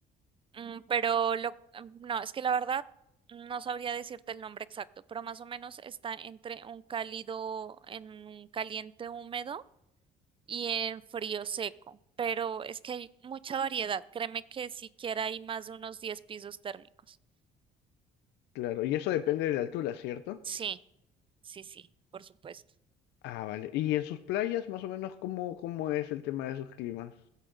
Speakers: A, on the right (about 30°); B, on the left (about 90°).
A: Mm, pero lo, mm, no, es que la verdad no sabría decirte el nombre exacto, pero más o menos está entre un cálido, en un caliente húmedo y en frío seco. Pero es que hay mucha variedad. Créeme que siquiera hay más de unos 10 pisos térmicos.
B: Claro, y eso depende de la altura, ¿cierto?
A: Sí, sí, sí, por supuesto.
B: Ah, vale. ¿Y en sus playas, más o menos, cómo, cómo es el tema de sus climas?